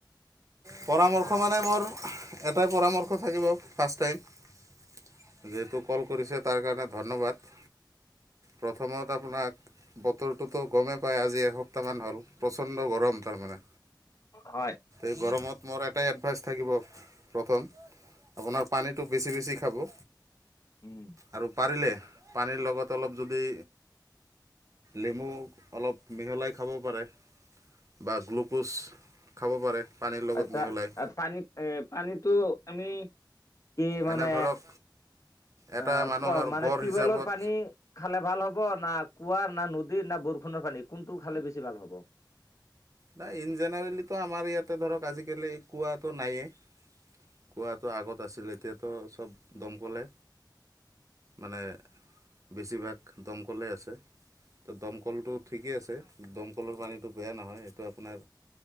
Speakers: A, on the right; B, on the left.
A: পৰামৰ্শ মানে মোৰ এটাই পৰামৰ্শ থাকিব ফাৰ্ষ্ট টাইম যিহেতু কল কৰিছে তাৰ কাৰণে ধন্যবাদ। প্ৰথমত আপোনাক বতৰটোতো গমে পায় আজি এসপ্তাহমান হ'ল প্ৰচণ্ড গৰম তাৰমানে।
B: হয়
A: এই গৰমত মোৰ এটাই এডভাইচ থাকিব প্ৰথম আপোনাৰ পানীটো বেছি বেছি খাব।
B: উম
A: আৰু পাৰিলে পানীৰ লগত অলপ যদি লেমু অলপ মিহলাই খাব পাৰে বা গ্লুক'জ খাব পাৰে পানীৰ লগত
B: আচ্ছা।
A: মিহলাই
B: আ, পানী এ, পানীটো আমি কি মানে
A: এনে ধৰক এটা
B: অ'
A: মানুহৰ
B: ক মানে
A: গড়
B: টিউবেলৰ
A: হিচাপত
B: পানী খালে ভাল হ'ব ব না কুঁৱা না নদীৰ না বৰষুণৰ পানী কোনটো খালে বেছি ভাল হ'ব?
A: না ইন জেনেৰেলিতো আমাৰ ইয়াতে ধৰক আজিকালি কোৱাটো নায়েই। কোৱাটো আগত আছিলে এতিয়াতো চব দমকলে। মানে বেছিভাগ দমকললেই আছে, ত' দমকলটো ঠিকেই আছে, দমকলৰ পানীটো বেয়া নহয়। টো আপোনাৰ